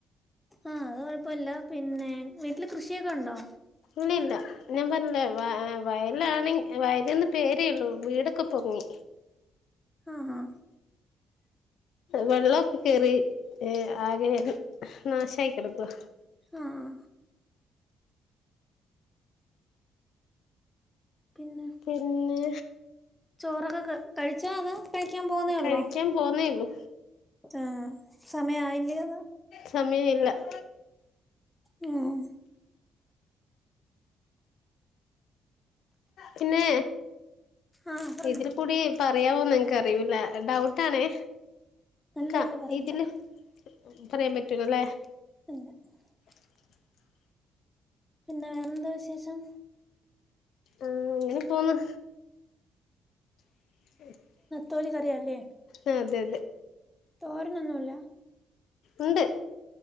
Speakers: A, in the centre; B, on the left.
A: ആ അത് കുഴപ്പില്ല പിന്നെ വീട്ടില് കൃഷിയൊക്കെ ഉണ്ടോ
B: ഇല്ല ഇല്ല ഞാൻ പറഞ്ഞില്ലേ വയലാണെങ്കിലും വയലെന്ന് പേരേയുള്ളു വീടൊക്കെ പൊങ്ങി
A: ആഹാ
B: വെള്ളമൊക്കെ കേറി ഏഹ് ആകെയൊരു നാശായി കിടക്കുവാ
A: ആഹ് പിന്നെ
B: പിന്നെ
A: ചോറൊക്കെ കഴിച്ചോ അതോ കഴിക്കാൻ പോവുന്നേ
B: കഴിക്കാൻ
A: ഉള്ളോ
B: പോന്നേയുള്ളു
A: ആഹ് സമയം ആയില്ലയോവാ
B: സമയ <unintelligible> ല്ല <unintelligible>
A: ഉം
B: പിന്നേ
A: ആഹ് പറഞ്ഞോ
B: ഇതിൽ കൂടി പറയാവോന്ന് ഇനക്കറിയൂല ഡൗട്ടാണേ
A: നല്ല
B: ക
A: ഇല്ല പറയ
B: ഇതില്
A: <unintelligible>
B: പറയാൻ പറ്റൂ <unintelligible> ല്ലേ
A: <unintelligible>
B: <inaudible>
A: പിന്നെ എന്താ വിശേഷം
B: ആഹ അങ്ങനെപ്പോന്ന് <unintelligible>
A: തൊലിക്കറിയല്ലേ
B: അതെ അതെ
A: തോരനൊന്നുംല്ല
B: ഉണ്ട് <unintelligible>